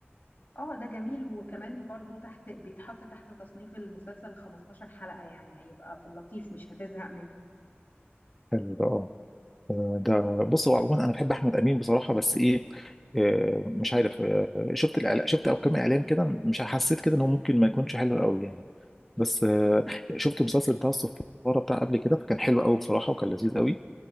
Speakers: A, on the left (about 50°); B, in the centre.
A: اه ده جميل وكمان برضو تحت بيتحط تحت تصنيف المسلسل 15 حلقة يعني هيبقى في اللطيف مش هتزهق منه
B: حلو ده اه آه، ده بص هو عموما انا بحب احمد امين بصراحه بس ايه آه، مش عارف آه، شفت الإعلا- شفت او كام اعلان كده مش حسيت كده انه ممكن ما يكونش حلو قوي يعني بس آه، شفت المسلسل بتاع الصفاره بتاع قبل كده فكان حلو قوي بصراحه وكان لذيذ قوي